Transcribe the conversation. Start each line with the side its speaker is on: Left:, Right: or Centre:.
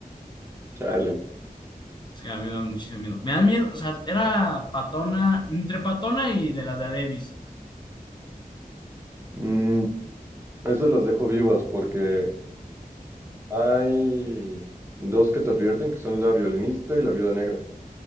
Right: chale.
Left: Es que a mí me da muchísimo miedo. Me da miedo, o sea, era patona, entre patona y de las de Adebis.
Right: Mm, esas las dejo vivas porque hay dos que te advierten, que son la violinista y la viuda negra.